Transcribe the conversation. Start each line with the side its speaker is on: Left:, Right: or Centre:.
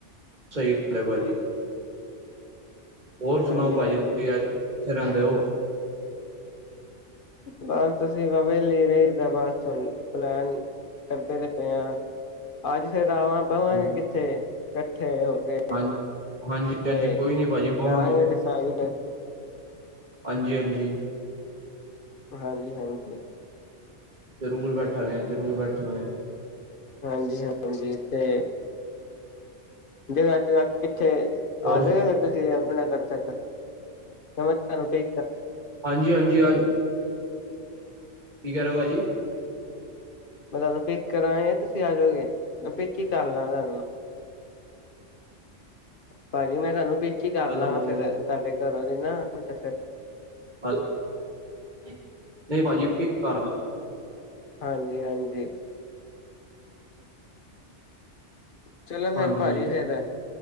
Right: ਸਹੀ ਗੱਲ ਹੈ ਭਾਜੀ। ਹੋਰ ਸੁਣਾਓ
Left: ਹਾਂਜੀ
Right: ਭਾਜੀ
Left: ਹਾਂ
Right: ਤੁਸੀਂ ਅੱਜ? ਫਿਰ ਆਉਂਦੇ ਹੋ,
Left: ਬਸ ਅਸੀਂ ਬਾਬਾ ਜੀ ਲੀੜੇ। ਜਾ ਬਸ ਹੁਣ ਪਲੈਨ ਕਰਦੇ ਪੲੇ ਆ ਅੱਜ। ਫੇਰ ਆਵਾਂ ਬਮਾਂਗੇ
Right: ਹਾਂਜੀ
Left: ਕਿੱਥੇ? ਕੱਟ ਇੱਕਠੇ ਹੋ ਕੇ,
Right: ਹਾਂਜੀ ਹਾਂਜੀ
Left: ਤੇ
Right: ਹਾਂਜੀ ਕੋਈ ਨੀ ਭਾਜੀ ਬਵਾਂਗੇ
Left: ਕਰਾਂਗੇ ਡਿਸਾਈਡ।
Right: ਹਾਂਜੀ ਹਾਂਜੀ।
Left: ਹਾਂਜੀ ਹਾਂਜੀ।
Right: ਜ਼ਰੂਰ ਬੈਠਾਂਗੇ ਜ਼ਰੂਰ ਬੈਠਾਂਗੇ।
Left: ਹਾਂਜੀ ਹਾਂਜੀ ਤੇ ਜੇ ਅੱਜ ਰਾਤੀਂ ਉੱਥੇ ਆ
Right: ਔਰ
Left: ਜਾਗੇ ਤੁਸੀਂ ਆਪਣਾ ਖ਼ਰਚਾ ਚੱਕ, ਫਿਰ ਮੈਂ ਤੁਹਾਨੂੰ ਪੇ
Right: ਹਾਂਜੀ ਹਾਂਜੀ ਅੱਜ ਕੀ ਕਹਿ ਰਹੇ ਹੋ ਭਾਜੀ।
Left: ਮੈਂ ਤੁਹਾਨੂੰ ਪਿਕ ਕਰਾਂ ਜਾਂ ਤੁਸੀਂ ਆ ਜਾਓਗੇ ਮੈਂ ਪਿਕ ਹੀ ਕਰ ਲਾਗਾ ਭਾਜੀ ਮੈਂ ਤੁਹਾਨੂੰ ਪਿਕ ਹੀ ਕਰ
Right: ਹੈਲੋ
Left: ਲਵਾਂ ਫੇਰ ਤੁਹਾਡੇ ਘਰੋਂ ਇਹ ਨਾ ਪੋਹਟਾ ਸਾਹਿਬ
Right: ਆ ਲੈ ਨਹੀਂ ਭਾਜੀ ਪਿਕ ਕਰ
Left: ਹਾਂਜੀ ਹਾਂਜੀ। ਚਲੋ ਫੇਰ
Right: ਹਾਂਜੀ
Left: ਭਾਜੀ ਫੇਰ